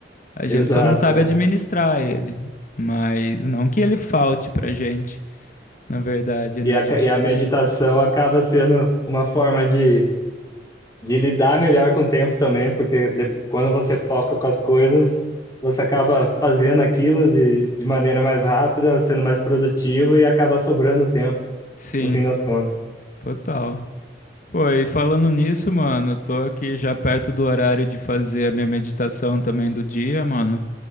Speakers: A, on the left (about 45°); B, on the left (about 20°).
A: A gente
B: Exato.
A: só não sabe
B: é.
A: administrar ele. Mas não que ele falte pra gente, na verdade, né?
B: E a,
A: A gente
B: ca- e a meditação
A: tem.
B: acaba sendo uma forma de, de lidar melhor com o tempo também, porque de, quando você foca com as coisas, você acaba fazendo aquilo de, de maneira mais rápida, sendo mais produtivo e acaba sobrando tempo,
A: Sim,
B: no fim das contas.
A: total. Pô, e falando nisso, mano, eu tô aqui já perto do horário de fazer a minha meditação também do dia, mano.